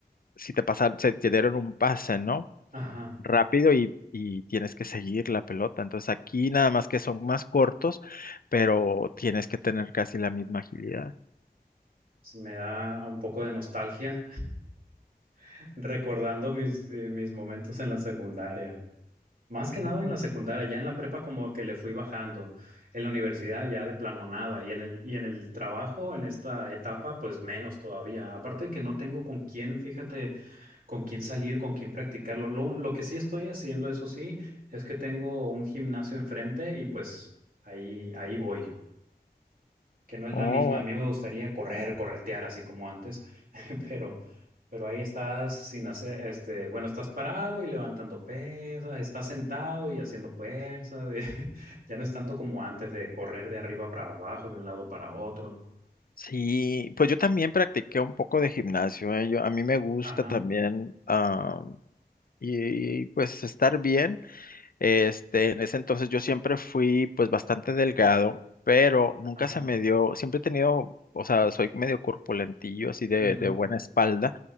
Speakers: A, on the left (about 60°); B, on the right (about 60°).
A: Si te pasaron, se te dieron un pase, ¿no?
B: Ajá.
A: Rápido y, y tienes que seguir la pelota. Entonces aquí nada más que son más cortos, pero tienes que tener casi la misma agilidad.
B: Sí, me da un poco de nostalgia <laughs> recordando mis, eh, mis momentos en la secundaria. Más que
A: No.
B: nada en la secundaria, ya en la prepa como que le fui bajando, en la universidad ya de plano nada y en el, y en el trabajo en esta etapa pues menos todavía. Aparte de que no tengo con quién, fíjate, con quién salir, con quién practicarlo. Lo, lo que sí estoy haciendo, eso sí, es que tengo un gimnasio enfrente y pues ahí, ahí voy que no es
A: Oh.
B: la misma. A mí me gustaría correr, corretear así como antes, <laughs> pero, pero ahí estás sin hacer, este, bueno, estás parado y levantando pesas, estás sentado y haciendo fuerza. de- <laughs> ya no es tanto como antes de correr de arriba para abajo, de un lado para otro.
A: Sí, pues yo también practiqué un poco de gimnasio, ¿eh? Yo, a mí me gusta
B: Ajá,
A: también ah, y, pues estar bien. Este, en ese entonces yo siempre fui pues bastante delgado, pero nunca
B: ajá.
A: se me dio, siempre he tenido, o sea, soy medio corpulentillo, así de,
B: ujú.
A: de buena espalda,